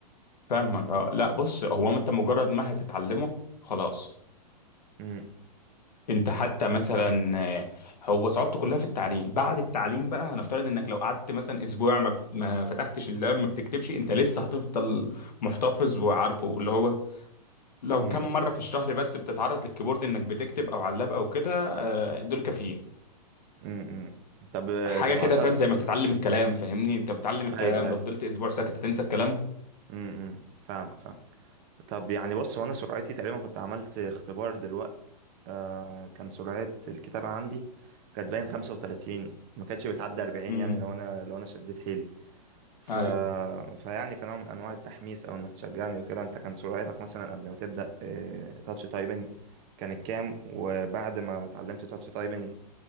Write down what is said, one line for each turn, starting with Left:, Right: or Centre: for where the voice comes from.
Left: فاهمك اه لا بص هو انت مجرد ما هتتعلمه خلاص
Right: امم
Left: انت حتى مثلا آه، هو صعوبته كلها في التعليم بعد التعليم بقى هنفترض انك لو قعدت مثلا اسبوع ما, بت- ما فتحتش اللاب ما بتكتبش انت لسه هتفضل محتفظ وعارفه اللي هو لو
Right: امم
Left: كم مرة في الشهر بس بتتعرض للكيبورد انك بتكتب او على اللاب او كده آه، دول كافيين
Right: امم إمم. طب
Left: حاجة
Right: طب
Left: كده
Right: عشان
Left: فاهم زي ما بتتعلم الكلام فاهمني انت بتتعلم الكلام
Right: ايوه ايوه
Left: لو فضلت اسبوع ساكت هتنسى الكلام
Right: امم إمم. فاهمك فاهم طب يعني بص وانا سرعتي تقريبا كنت عملت اختبار دلوقت آه كان سرعة الكتابة عندي كانت باين 35 ما كانتش بتعدي 40
Left: امم
Right: يعني لو انا لو انا شديت حيلي ف...
Left: ايوه
Right: فيعني كان نوع من انواع التحميس او انك تشجعني وكده انت كان سرعتك مثلا قبل ما تبدأ آه تاتش تايبنج كانت كام وبعد ما اتعلمت تاتش تايبنج